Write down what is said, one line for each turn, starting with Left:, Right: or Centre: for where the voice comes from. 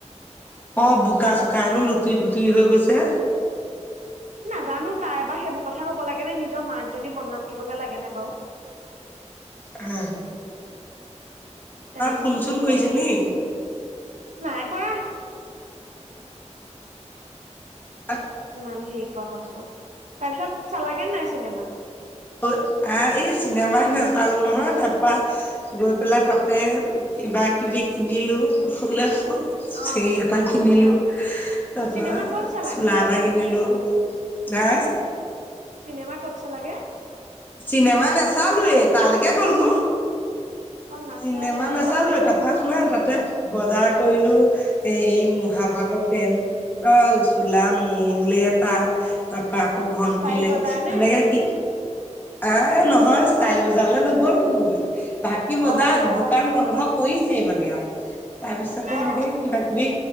Left: অ বোকা চোকা হেনো লুটুৰি ফুটুৰি হৈ গৈছে।
Right: নাজানো তাই এবাৰ সেইবোৰ কথা ক'ব লাগে নে নিজৰ মাকজনী বদনাম দিবগে লাগে নে বাৰু।
Left: উম।
Right: তেনেকে
Left: ফোন
Right: কৈছে
Left: চোন
Right: বোলে
Left: কৰিছে
Right: উম
Left: নি
Right: নাই কৰা।
Left: অ।
Right: ইমান হেৰি কৰোৱা পাচত, তাৰ পিছত চালাগে নাই চিনেমা।
Left: অ আহ এই চিনেমা নাচালো নহয় তাৰপা। গৈ পেলাই তাতে কিবা কিবি কিনিলো, হুলেছো-
Right: অ
Left: চেৰি এটা কিনিলো তাৰ
Right: চিনেমা
Left: পৰা
Right: ক'ত চালাগে
Left: চোলা। কিনিলো হা।
Right: চিনেমা কত চলাগে।
Left: চিনেমা নাচালোয়ে তালৈকে গলো।
Right: অ নাচালা
Left: চিনেমা নাচালোঁ
Right: ক'ত খালা
Left: তাপৰা। তোমাৰ তাতে বজাৰ কৰিলো এ মহাভাগৰ পেন। অ চোলা মূলে এটা তাৰ পৰা আকৌ ভন্টিলে
Right: ষ্টাইল বজাৰ
Left: তেনেকে
Right: নে
Left: কি- আহ নহয়
Right: অ
Left: ষ্টাইল বজাৰলৈ নগ'লগৈ ভাকি বজাৰ
Right: অ অ
Left: দোকান বন্ধক। কৰিছে মানে আৰু তাৰ পিছতে
Right: অ
Left: এনেকে কিবা কিবি।